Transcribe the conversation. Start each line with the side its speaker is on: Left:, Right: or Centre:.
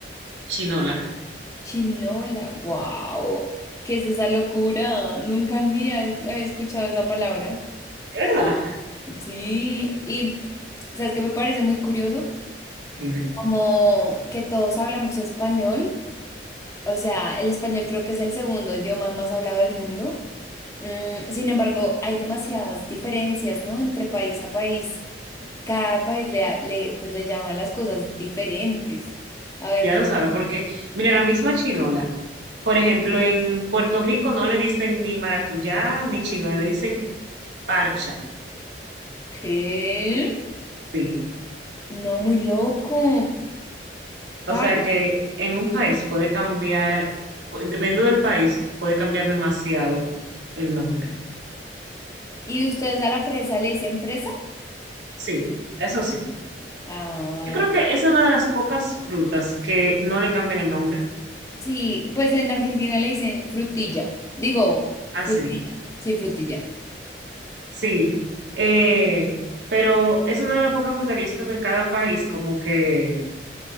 Right: chinola.
Left: Chinola. Wow. ¿Qué es esa locura? Nunca en mi vida he había escuchado esa palabra.
Right: ¿Es verdad?
Left: Sí, y sabes que me parece muy curioso,
Right: Dime.
Left: como que todos hablamos español, o sea, el español creo que es el segundo idioma más hablado del mundo. Mm, sin embargo, hay demasiadas diferencias, ¿no? Entre país a país, cada país le, ha- le, pues le llaman las cosas diferentes. A ver,
Right: Ya
Left: ¿qué?
Right: lo sabe, porque mira, la misma chinola. Por ejemplo, en Puerto Rico no le dicen ni maracuyá ni chinola, le dicen parcha.
Left: ¿Qué?
Right: Sí.
Left: No, muy loco.
Right: O
Left: par-
Right: sea que en un país puede cambiar, pu- dependiendo del país, puede cambiar demasiado el nombre.
Left: ¿Y ustedes a la fresa le dicen fresa?
Right: Sí, eso sí.
Left: Ah,
Right: Yo creo que esa es una de las pocas frutas que no le cambian el nombre.
Left: Sí, pues en Argentina le dicen frutilla. Digo,
Right: Así.
Left: frutilla. Sí, frutilla.
Right: Sí, eh, pero es una de las pocas frutas que yo siento que en cada país como que